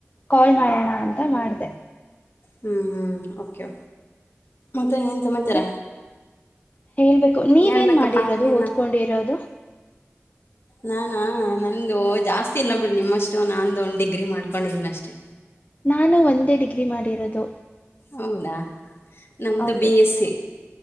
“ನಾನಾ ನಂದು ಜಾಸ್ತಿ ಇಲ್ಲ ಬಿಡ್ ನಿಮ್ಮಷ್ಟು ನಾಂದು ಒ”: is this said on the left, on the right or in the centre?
Left